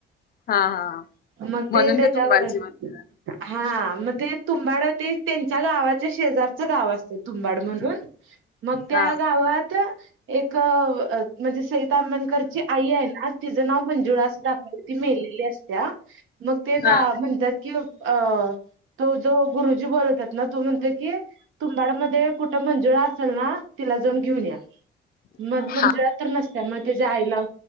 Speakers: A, on the left; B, on the right.
A: हा हा
B: मग
A: म्हणून
B: ते त्याच्यावर
A: तुंबाडची मंजुळा
B: हा मग ते तुंबाड ते त्यांच्या गावाच्या शेजारचं गाव असते तुंबाडमधून मग त्या
A: हा
B: गावात एक म्हणजे सईता अंबणकरची आई आहे ना तिचं नाव मंजुळा दाकवती मेलेली असत्या मग ते
A: हा
B: म्हणतात की अ तो तो गुरुजी बोलतात ना तू म्हणत की तुंबाड मध्ये कुठ मंजुळा असेल ना तिला जाऊन घेऊन या मग मंजुळा
A: हा
B: तर नसत्या मग त्याच्या आईला